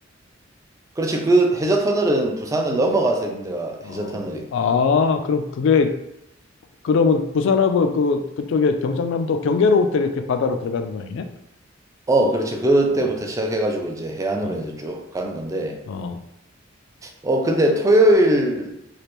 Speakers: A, on the right; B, on the left.
A: 그렇지. 그 해저 터널은 부산을 넘어가서 있는 데가
B: 어.
A: 해저 터널이야.
B: 아, 그럼 그게 그러면 부산하고 그 그쪽에 경상남도 경계로부터 이렇게 바다로 들어가는 모양이네?
A: 어, 그렇지. 그때부터
B: 어,
A: 시작해 가지고 이제 해안으로
B: 어,
A: 이제 쭉 가는 건데.
B: 어.
A: 어, 근데 토요일